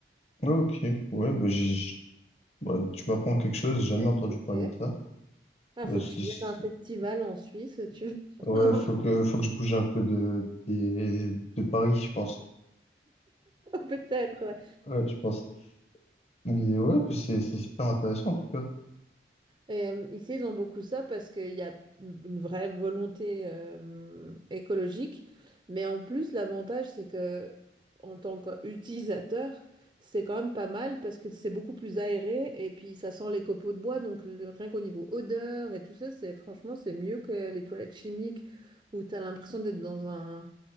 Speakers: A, on the left (about 35°); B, on the right (about 25°).
A: ok, ouais, bah, j'ai Ouais, tu m'apprends quelque chose, j'ai jamais entendu parler
B: Il
A: de ça. Euh,
B: faut
A: c'est-
B: que tu viennes
A: c'est-
B: à un festival en Suisse, tu <laughs>
A: ouais,
B: on aura
A: faut que, faut que je bouge un peu de, des- de, Paris, je pense.
B: peut-être. ouais.
A: Ouais, je pense. Mais ouais, c'est c'est super intéressant en tout cas.
B: Et, euh, ici, ils ont beaucoup ça parce qu'il y a une vraie volonté euh, écologique. Mais en plus, l'avantage, c'est que en tant qu'utilisateur, c'est quand même pas mal parce que c'est beaucoup plus aéré et puis ça sent les copeaux de bois. Donc, le- rien qu'au niveau odeur et tout ça, c'est franchement, c'est mieux que les toilettes chimiques où tu as l'impression d'être dans un,